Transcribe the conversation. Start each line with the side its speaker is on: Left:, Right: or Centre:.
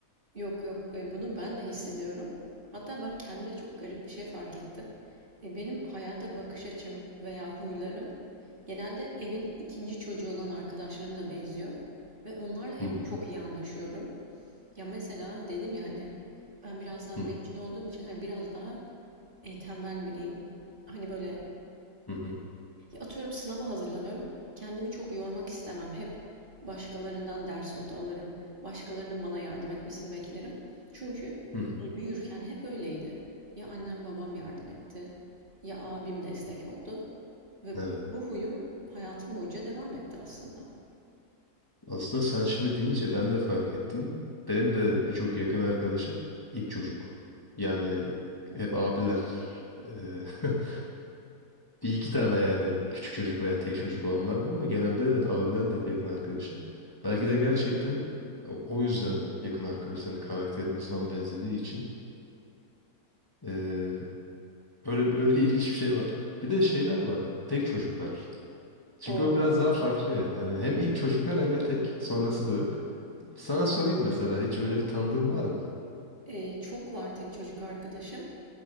Right: Yok yok, e, bunu ben de hissediyorum. Hatta ben kendime çok garip bir şey fark ettim. E, benim hayata bakış açım veya huylarım genelde evin ikinci çocuğu olan arkadaşlarımla benziyor. Ve onlarla hep
Left: Hı hı.
Right: çok iyi anlaşıyorum. Ya mesela dedim ya hani ben biraz daha
Left: Hı
Right: bencil olduğum için hani biraz daha e, tembel biriyim. Hani böyle
Left: hı.
Right: atıyorum sınava hazırlanıyorum. Kendimi çok yormak istemem. Hep başkalarından ders notu alırım. Başkalarının bana yardım etmesini beklerim. Çünkü
Left: Hı hı. hı.
Right: e, büyürken hep öyleydi. Ya annem babam yardım etti, ya abim destek oldu. Ve
Left: Evet.
Right: bu huyum hayatım boyunca devam etti aslında.
Left: Aslında sen şimdi deyince ben de fark ettim. Benim de birçok yakın arkadaşım ilk çocuk. Yani hep abiler. Ee, <laughs> Bir iki tane yani küçük çocuk veya tek çocuk olanlar var ama genelde evet abilerle hep yakın arkadaşım. Belki de gerçekten o o yüzden yakın arkadaş. Hani karakterimiz falan benzediği için. Ee, öyle öyle <laughs> ilginç bir şey var. Bir de şeyler var. Tek çocuklar. Çünkü
Right: Oo.
Left: o biraz daha farklı yani. Hani hem ilk çocuklar hem de tek. Sonrası da yok. Sana sorayım mesela hiç öyle bir tanıdığın var mı?
Right: E, çok var tek çocuk arkadaşım.